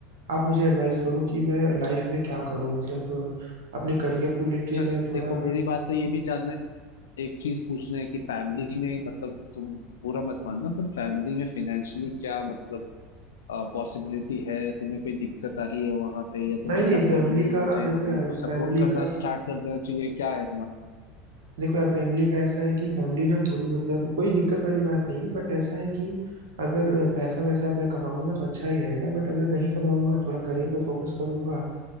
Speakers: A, on the right; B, on the left.
A: आप मुझे एडवाइस करो कि मैं लाइफ में क्या करूँ मतलब अपने करियर को लेके
B: अच्छा
A: मैं थोड़ा
B: देखो मेरी बात तो ये भी जानना एक चीज पूछना है कि फैमिली में मतलब तुम बुरा मत मानना पर फैमिली में फाइनेंशियली क्या मतलब पॉसिबिलिटी है तुम्हें कोई दिक्कत आ रही है वहां पे या
A: नहीं
B: तुम्हें
A: नहीं
B: लग रहा
A: फैमिली
B: है कि नहीं
A: का
B: मुझे
A: देखो
B: मतलब
A: यार
B: उनको
A: फैमिली
B: सपोर्ट करना
A: का
B: स्टार्ट कर देना चाहिए क्या है
A: देखो यार फैमिली का ऐसा है कि फैमिली ना थोड़ी मतलब कोई दिक्कत वाली बात नहीं है बट ऐसा है कि अगर अ, पैसा वैसा मैं कमाऊंगा तो अच्छा ही रहेगा बट अगर नहीं कमाऊंगा थोड़ा करियर पे फोकस करूंगा